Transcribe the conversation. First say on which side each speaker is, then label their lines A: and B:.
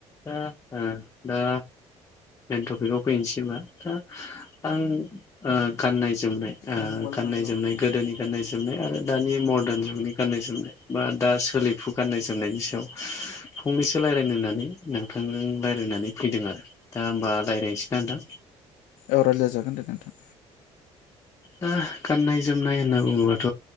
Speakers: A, on the left; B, on the left.
A: दा ओ दा मेन टपिकआव फैनोसैबा दा आं ओ गाननाय जो जोमनाय ओ
B: ओमफ्राय मबाइलाव
A: गाननाय
B: नांगौ लांफै
A: जोमनाय गोदोनि गाननाय जोमनाय आरो दानि मरदान जुगनि गाननाय जोमनाय बा दा सोलिफु गाननाय जोमनायनि सायाव फंनैसो रायलायनो होननानै नोंथांजों रायलायनानै फैदों आरो दा होमबा रायज्लायनोसै ना नोंथां?
B: औ रायलाय जागोन <unintelligible> नोंथां
A: दा गाननाय जोमनाय होनना बुङोबाथ